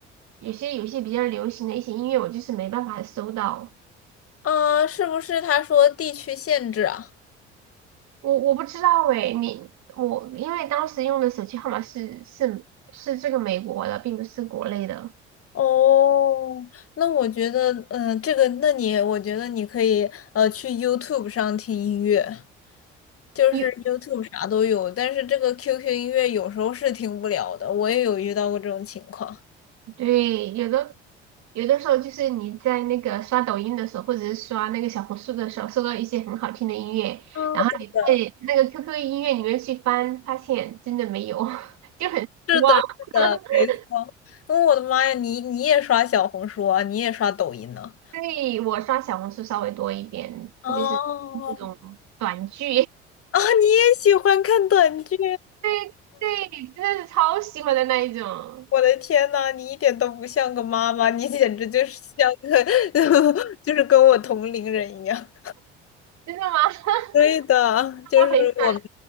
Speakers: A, on the right; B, on the left.
A: 有些有些比较流行的一些音乐，我就是没办法搜到。
B: 啊？是不是他说地区限制啊？
A: 我我不知道诶，你我因为当时用的手机号码是是是这个美国的，并不是国内的。
B: 哦，那我觉得，嗯，呃这个，那你，我觉得你可以，呃，去 YouTube 上听音乐，就是
A: 有
B: YouTube 啥都有，但是这个 QQ 音乐有时候是听不了的，我也有遇到过这种情况。
A: 对，有的有的时候就是你在那个刷抖音的时候，或者是刷那个小红书的时候，收到一些很好听的音乐，
B: 啊，
A: 然后你在那个
B: 对。
A: QQ 音乐里面去翻，发现真的没有，<laughs> 就很失望。
B: 是的，是的，
A: <laughs>
B: 没错。嗯，我的妈呀，你你也刷小红书啊，你也刷抖音呢？
A: 所以我刷小红书稍微多一点，
B: 哦，
A: 特别是那种短剧，
B: 啊，你也喜欢看短剧？
A: <laughs> 对对，真的是超喜欢的那一种，
B: 我的天呐，你一点都不像个妈妈，你简直就是像个，<laughs> 就是跟我同龄人一样。
A: 真的吗？<laughs>
B: 对的，就是我们
A: 我很喜欢